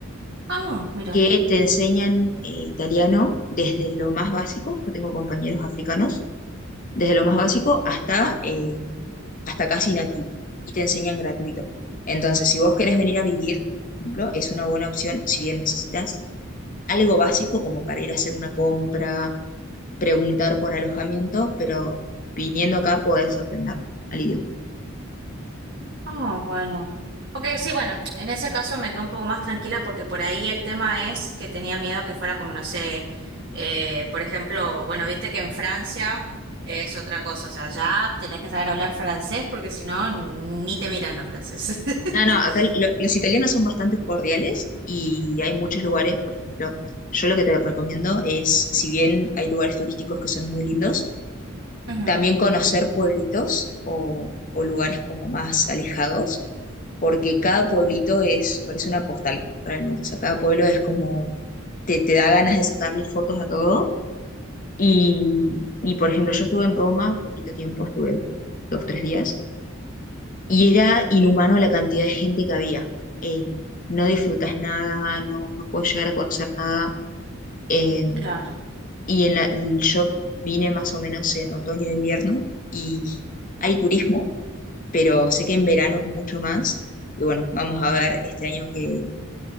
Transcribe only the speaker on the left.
que te enseñan eh, italiano desde lo más básico, yo tengo compañeros africanos, desde lo más básico hasta eh, hasta casi nativo y te enseñan gratuito. Entonces, si vos querés venir a vivir, por ejemplo, es una buena opción si bien necesitas algo básico como para ir a hacer una compra, preguntar por alojamiento, pero viniendo acá podés aprender al idioma.
Ah, no, acá lo- los italianos son bastante cordiales y hay muchos lugares, por ejemplo, yo lo que te recomiendo es, si bien hay lugares turísticos que son muy lindos,
también conocer pueblitos o, o lugares como más alejados porque cada pueblito es, parece una postal realmente, o sea, cada pueblo es como, te, te da ganas de sacarle fotos a todo. Y, y, por ejemplo, yo estuve en Roma poquito tiempo, estuve dos, tres días, y era inhumano la cantidad de gente que había. Eh, no disfrutas nada, no, no puedes llegar a conocer nada. eh,
y en la, el- yo vine más o menos en otoño e invierno y hay turismo, pero sé que en verano es mucho más. Y bueno, vamos a ver este año que,